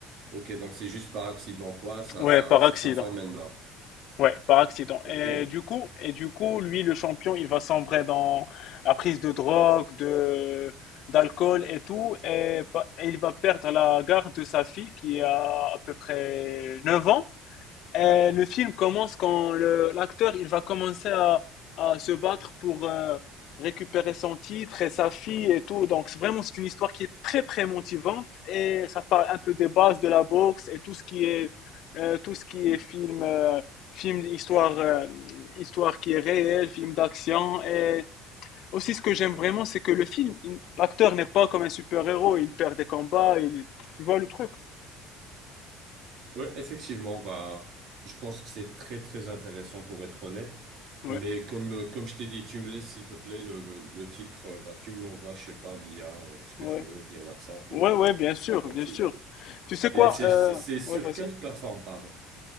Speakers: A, on the right; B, on the left.
A: Ok, donc c'est juste par accident, quoi. Ça,
B: Ouais,
A: ça,
B: par
A: ça,
B: accident.
A: sa femme, elle meurt.
B: Ouais, par accident.
A: Ok.
B: Et du coup, et du coup, lui, le champion, il va sombrer dans la prise de drogue, de d'alcool et tout, et, pa- et il va perdre la garde de sa fille qui a à peu près 9 ans. Et
A: Ouais.
B: le film commence quand le- l'acteur il va commencer à, à se battre pour euh, récupérer son titre et sa fille et tout. Donc c'est vraiment c'est une histoire qui est très très motivante et ça parle un peu des bases de la boxe et tout ce qui est euh, tout ce qui est film euh, film histoire euh, histoire qui est réelle, film d'action et aussi ce que j'aime vraiment c'est que le film il- l'acteur n'est pas comme un super-héros, il perd des combats, il, il voit le truc.
A: Ouais, effectivement, bah, je pense que c'est très, très intéressant pour être honnête.
B: Ouais,
A: Mais comme, euh, comme je t'ai dit, tu me laisses, s'il te plaît, le, le, le titre, euh, bah, tu me l'envoies, je sais pas, via euh, ce que
B: ouais.
A: tu veux, via WhatsApp ou
B: Ouais, ouais, bien sûr,
A: pas comme
B: bien
A: tu
B: sûr.
A: veux.
B: Tu sais quoi?
A: Et c'est,
B: Euh...
A: c'est c'est sur
B: Ouais, vas-y.
A: quelle plateforme, pardon?